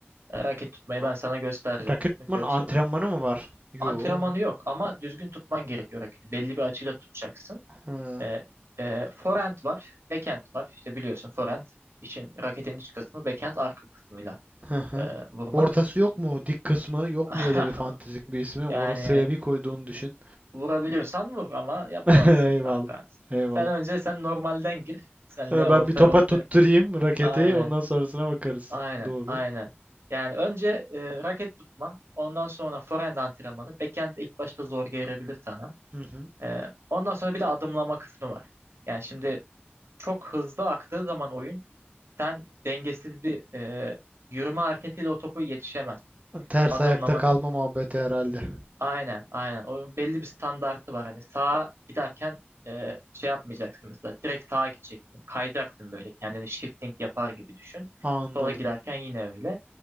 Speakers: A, on the right (about 85°); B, on the right (about 35°).
A: Raket tutmayı
B: A-
A: ben sana göstereceğim
B: Raketman
A: görsel
B: antrenmanı
A: olarak.
B: mı var? Yo.
A: Antrenmanı yok ama düzgün tutman gerekiyor raketi. Belli bir açıyla tutacaksın.
B: Hı,
A: E, e, forehand var, backhand var. İşte biliyorsun forehand için raketin iç kısmı, backhand arka kısmıyla
B: hı hı.
A: e, vurmak.
B: Ortası yok mu? Dik kısmı yok
A: <laughs>
B: mu öyle bir fantastik bir ismi?
A: Yani
B: Orasıya bir koyduğunu düşün.
A: vurabiliyorsan vur ama yapamazsın
B: <laughs> Eyvallah.
A: kanka.
B: Eyvallah.
A: Sen önce sen normalden gir. Senle
B: Ha,
A: ortaya
B: Ben bir topa
A: ortaya.
B: tutturayım raketi.
A: Aynen.
B: Ondan sonrasına bakarız.
A: Aynen,
B: Doğru.
A: aynen. Yani önce e, raket tutma, ondan sonra forehand antrenmanı. Backhand ilk başta zor gelebilir sana.
B: Hı hı.
A: E, ondan sonra bir de adımlama kısmı var. Yani şimdi çok hızlı aktığı zaman oyun, sen dengesiz bir e, yürüme hareketiyle o topu yetişemezsin.
B: Ters
A: Adımlaman
B: ayakta kalma muhabbeti herhalde.
A: Aynen, aynen. Oyun belli bir standartı var. Hani sağa giderken e, şey yapmayacaksın mesela. Direkt sağa gideceksin. Kayacaksın böyle. Kendini shifting yapar gibi düşün.
B: Anladım.
A: Sola giderken yine öyle.